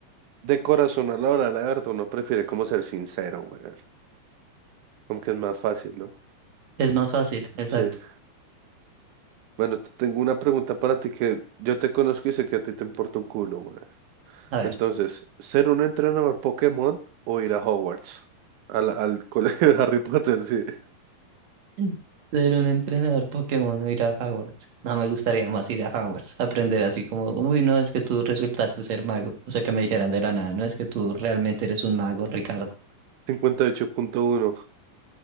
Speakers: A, on the right (about 85°); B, on the right (about 50°).
A: de corazón a la hora de la verdad uno prefiere como ser sincero, güey. Como que es más fácil, ¿no?
B: Es más fácil, exacto.
A: Sí. Bueno, te tengo una pregunta para ti que yo te conozco y sé que a ti te importa un culo, güey.
B: A ver,
A: Entonces, ¿ser un entrenador Pokémon o ir a Hogwarts? Al, al <laughs> colegio de Harry Potter, sí.
B: Mm. ser un entrenador Pokémon o ir a Hogwarts. No me gustaría más ir a Hogwarts, aprender así como, uy, no, es que tú resultaste ser mago. O sea, que me dijeran de la nada, no es que tú realmente eres un mago, Ricardo.
A: Cincuenta y ocho punto uno.